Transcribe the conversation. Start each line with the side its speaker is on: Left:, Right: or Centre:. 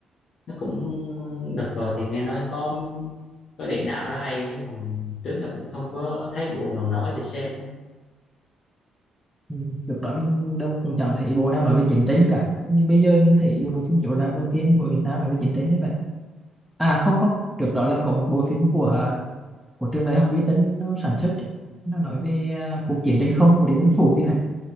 Left: nó cũng đợt rồi thì nghe nói có có địa đạo đó hay chứ còn trước đó cũng không có thấy bộ nào nổi để xem á.
Centre: ừ. trước đó mình đâu cũng chẳng thấy bộ nào nói về chiến tranh cả nhưng bây giờ mình thấy bộ phim chiếu rạp đầu tiên của Việt Nam nói về chiến tranh đấy vậy à không không trước đó là có một bộ phim của của trường đại học duy tân nó sản xuất nó nói về à, cuộc chiến trên không của Điện Biên Phủ thì phải